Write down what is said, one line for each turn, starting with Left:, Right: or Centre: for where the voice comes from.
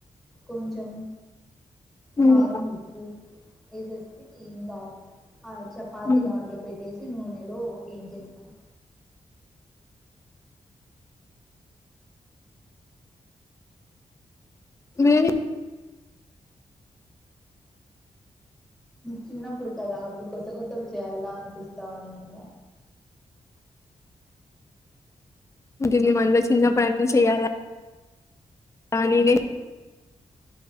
Centre: కొంచెం
Left: ఉమ్
Centre: కారం ఉప్పు వేసేసి ఇంకా ఆ చపాతి
Left: ఉమ్
Centre: దాంట్లో పెట్టే నూనెలో యెన్ చేస్తాం
Left: మీ
Centre: చిన్నప్పుడు కదా అప్పుడు కొత్త కొత్త చేయాల అనిపిస్తా ఉండ
Left: <unintelligible> చిన్నప్పుడు అన్నీ చెయ్యాలా <unintelligible>